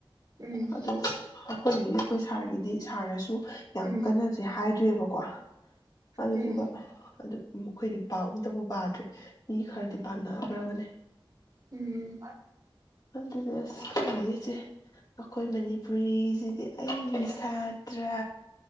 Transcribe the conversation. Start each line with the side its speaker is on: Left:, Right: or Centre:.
Right: ꯎꯝ
Left: ꯑꯗꯣ ꯑꯩꯈꯣꯏꯒꯤꯗꯤ ꯈꯣꯏ ꯁꯥꯔꯒꯤꯗꯤ ꯁꯥꯔꯅꯁꯨ ꯌꯥꯝ
Right: ꯎꯝ
Left: ꯀꯟꯅꯖꯦ ꯍꯥꯏ ꯗꯦꯕꯀꯣ ꯑꯗꯨꯗꯨꯒ
Right: ꯎꯝ
Left: ꯑꯗꯨ ꯃꯈꯣꯏꯗꯤ ꯄꯥꯎꯝꯇꯕꯨ ꯄꯥꯗꯔꯤ ꯃꯤ ꯈꯔꯗꯤ ꯄꯥꯅꯈ꯭ꯔꯕꯅꯦ
Right: ꯎꯝ
Left: ꯍꯟꯗꯨꯗ ꯑꯁ ꯈꯪꯗꯦꯗ ꯏꯆꯦ ꯑꯩꯈꯣꯏ ꯃꯅꯤꯄꯨꯔꯤꯁꯤꯗꯤ ꯑꯩꯒꯤ ꯁꯥꯇ꯭ꯔ